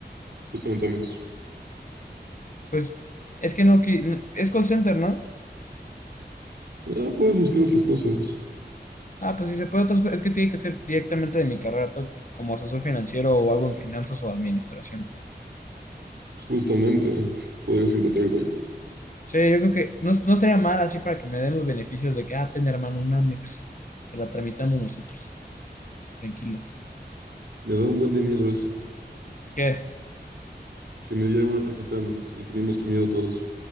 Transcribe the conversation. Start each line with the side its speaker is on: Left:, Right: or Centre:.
Right: justamente Amex?
Left: Pues, es que no, qui- no- es call center, ¿no?
Right: Ah, puedes buscar otras cosas.
Left: Ah, pues si se puede otras cosas, es que tiene que ser directamente de mi carrera, todo como asesor financiero o algo en finanzas o administración.
Right: Pues justamente, podrías encontrar algo ahí.
Left: Sí, yo creo que no, no estaría mal así para que me den los beneficios de que, ah, ten hermano, un Amex. Te la tramitamos nosotros. Tranquilo.
Right: Me da un buen de miedo eso,
Left: ¿Qué?
Right: que me dieran una tarjeta Amex. Le teníamos miedo todos.